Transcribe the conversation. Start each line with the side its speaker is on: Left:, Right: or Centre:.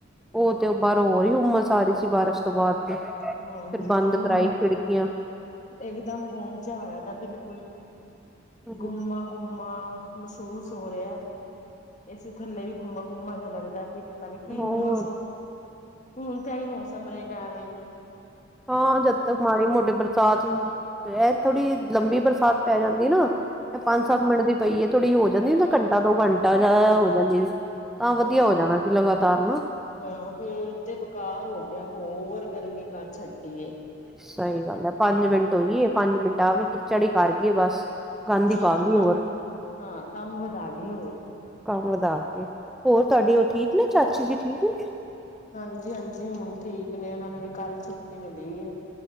Left: ਹੂੰ
Centre: ਉਹ ਤੇ ਉਹ ਬਾਹਰੋਂ ਹੋਰ ਹੀ ਉਮਸ ਆ ਰਹੀ ਸੀ ਬਾਰਸ਼ ਦੀ। ਉਸ ਤੋਂ ਬਾਅਦ
Left: ਹੂੰ
Centre: ਫਿਰ
Left: ਹਾਂ ਹੋਰ
Centre: ਬੰਦ
Left: ਹੁਮ
Centre: ਕਰਾਈ ਖਿੜਕੀਆਂ
Left: ਇਕਦਮ ਗੁੰਮ ਜਾ ਆਇਆ ਤਾ ਬਿਲਕੁਲ
Centre: ਹਮ
Left: ਗੁੰਮਾ ਗੁੰਮਾ ਮਹਿਸੂਸ ਹੋ ਰਿਹਾ। ਇਸੇ ਥੱਲੇ ਵੀ ਗੁੰਮਾ-ਗੁੰਮਾ ਜਿਹਾ ਲੱਗਦਾ ਕੀ ਪਤਾ ਨੀ ਕੀ,
Centre: ਹੋਰ
Left: ਹੁੰਮਸ ਹੋ ਹੁਣ ਤਾਂ ਏ ਮੌਸਮ ਰਹੇਗਾ ਐਵੇ ਈ।
Centre: ਹਾਂ ਜਦ ਤੱਕ ਮਾੜੀ ਮੋਟੇ ਬਰਸਾਤ, ਇਹ ਥੋੜੀ ਲੰਬੀ ਬਰਸਾਤ ਪੈ ਜਾਂਦੀ ਨਾ? ਤੇ ਪੰਜ ਸੱਤ ਮਿੰਟ ਦੀ ਪਈਏ ਥੋੜ੍ਹੀ ਹੋ ਜਾਂਦੀ
Left: ਹੂੰ
Centre: ਨਾ ਘੰਟਾ ਦੋ ਘੰਟਾ ਜਾਂ
Left: ਹੂੰ
Centre: ਹੋ ਜਾਂਦੀ ਆਂ ਵਧੀਆ
Left: ਹੂੰ
Centre: ਹੋ ਜਾਣਾ ਸੀ, ਲਗਾਤਾਰ ਨਾ।
Left: ਹਾਂ ਹੁਣ ਤੇ ਬੇਕਾਰ ਹੋ ਗਿਆ ਹੋਰ ਗਰਮੀ ਕਰ ਛੱਡੀ ਐ
Centre: ਸਹੀ ਗੱਲ ਐ ਪੰਜ ਮਿੰਟ ਹੋਈਏ। ਪੰਜ ਮਿੰਟ ਆ ਕੇ ਖਿੱਚੜੀ ਕਰ ਗਈਏ ਬਸ ਗੰਦ
Left: ਹਾਂ।
Centre: ਹੀ ਪਾ ਗਈ
Left: ਕੰਮ
Centre: ਹੋਰ
Left: ਹਾਂ ਕੰਮ ਵਧਾ ਗਈ ਹੋਰ।
Centre: ਕੰਮ ਵਧਾ ਕੇ ਹੋਰ ਤੁਹਾਡੇ ਉਹ ਠੀਕ ਨੇ ਚਾਚੀ ਜੀ ਠੀਕ ਨੇ।
Left: ਹਾਂਜੀ-ਹਾਂਜੀ। ਹੁਣ ਠੀਕ ਨੇ ਉਹਨਾਂ ਨੂੰ ਵੀ ਕੱਲ ਛੁੱਟੀ ਮਿਲੀ ਹੈ।